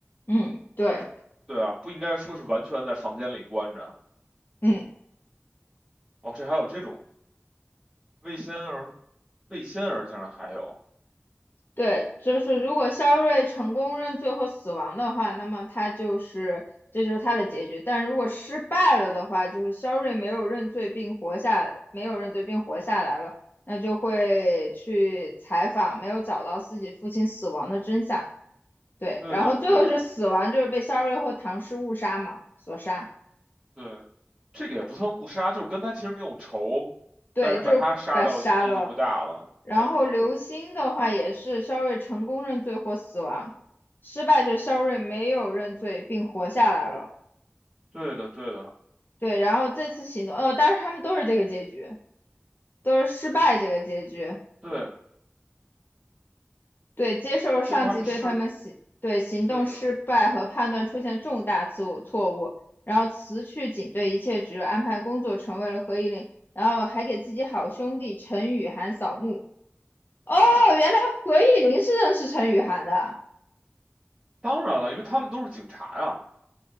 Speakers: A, on the left; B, on the right.
A: 嗯，对，
B: 对啊，不应该说是完全在房间里关着。
A: 嗯。
B: 哦，这还有这种魏仙儿，魏仙儿竟然还有。
A: 对，就是如果肖瑞成功认罪或死亡的话，那么他就是这就是他的结局。但如果失败了的话，就是肖瑞没有认罪并活下，没有认罪并活下来了，那就会去采访没有找到自己父亲死亡的真相。对，
B: 对的，
A: 然后最后是死亡，
B: 对的。
A: 就是被肖瑞或唐氏误杀嘛，所杀。
B: 对，这个也不算误杀，就是跟他其实没有仇，
A: 对，
B: 但是把他杀掉意义就不大了。
A: 就是把他杀了。然后刘星的话也是肖瑞成功认罪或死亡，
B: 对，
A: 失败者肖瑞没有认罪并活下来了。
B: 对的，对的，
A: 对，然后这次行动，哦，但是他们都是这个结局，都是失败这个结局。
B: 对，
A: 对，接受上级对他们行对行动失败和判断出现重大错误错误，
B: 就他们是对的。
A: 然后辞去警队一切职务，安排工作成为了何以琳，然后还给自己好兄弟陈雨涵扫墓。哦，原来何以琳是认识陈雨涵的。
B: 当然了，因为他们都是警察呀。